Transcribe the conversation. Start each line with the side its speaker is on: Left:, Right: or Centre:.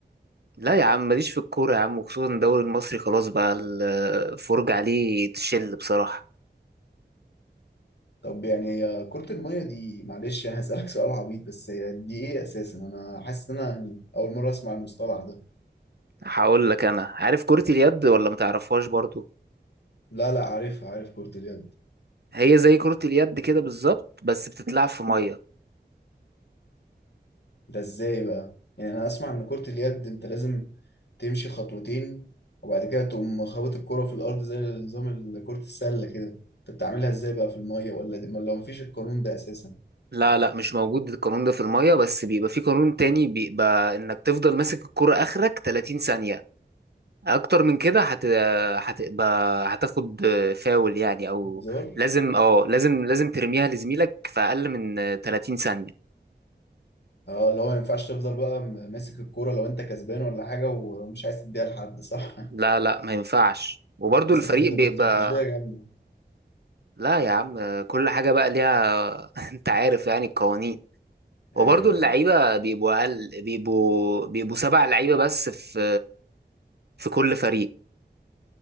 Right: لا يا عم ماليش في الكورة يا عم وخصوصا الدوري المصري خلاص بقى الفرجة عليه تشل بصراحة
Left: طب يعني هي كرة المية دي معلش يعني هسألك سؤال عبيط بس هي دي ايه اساسا انا حاسس ان انا يعني اول مرة اسمع المصطلح ده
Right: هقول لك انا عارف كرة اليد ولا ما تعرفهاش برضو
Left: لا لا عارفها عارف كرة اليد
Right: هي زي كرة اليد كده بالظبط بس بتتلعب في مية
Left: ده ازاي بقى يعني انا اسمع ان كرة اليد انت لازم تمشي خطوتين وبعد كده تقوم خابط الكرة في الارض زي نظام ال- كرة السلة كده انت بتعملها ازاي بقى في المية ولا دي ولا مفيش القانون ده اساسا
Right: لا لا مش موجود القانون ده في المية بس بيبقى في قانون تاني بيبقى انك تفضل ماسك الكرة اخرك 30 ثانية اكتر من كده هت هتبقى هتاخد فاول يعني او
Left: هزار
Right: لازم اه لازم لازم ترميها لزميلك في اقل من 30 ثانية
Left: اه اللي هو ما ينفعش تفضل بقى م- ماسك الكرة لو انت كسبان ولا حاجة ومش عايز تديها لحد صح <laughs>
Right: لا لا ما ينفعش وبرضو
Left: بس
Right: الفريق
Left: كانت
Right: بيبقى
Left: هتبقى استراتيجية جامدة
Right: لا يا عم كل حاجة بقى ليها <laughs> انت عارف يعني القوانين وبرضو
Left: ايوه
Right: اللعيبة
Left: ايوه
Right: بيبقوا اقل بيبقوا بيبقوا سبع لعيبة بس في في كل فريق